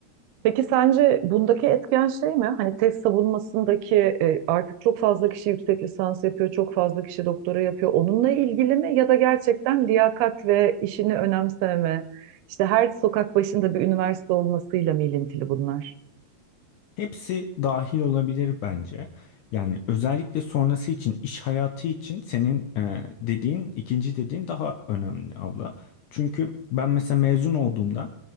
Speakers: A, on the right (about 80°); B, on the left (about 75°).
A: Peki sence bundaki etken şey mi? Hani tez savunmasındaki e, artık çok fazla kişi yüksek lisans yapıyor, çok fazla kişi doktora yapıyor. Onunla ilgili mi ya da gerçekten liyakat ve işini önemsememe, işte her sokak başında bir üniversite olmasıyla mı ilintili bunlar?
B: Hepsi dahil olabilir bence. Yani özellikle sonrası için, iş hayatı için senin e, dediğin, ikinci dediğin daha önemli abla. Çünkü ben mesela mezun olduğumda